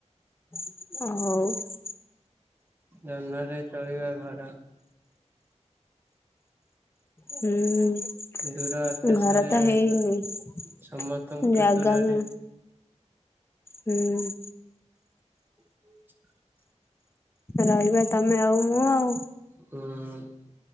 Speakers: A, on the left; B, on the right.
A: ହଉ।
B: ଜହ୍ନରେ ତେଳିବା ଘର।
A: ହୁଁ।
B: ଦୂର ଆକାଶରେ
A: ଘର ତ
B: ରହିବା
A: ହେଇନି
B: ସମସ୍ତଙ୍କଠୁ
A: ଜାଗାକୁ
B: ଦୂରରେ।
A: ହୁଁ।
B: ହୁଁ <unintelligible>
A: ରହିବା ତମେ ଆଉ ମୁଁ ଆଉ
B: ହୁଁ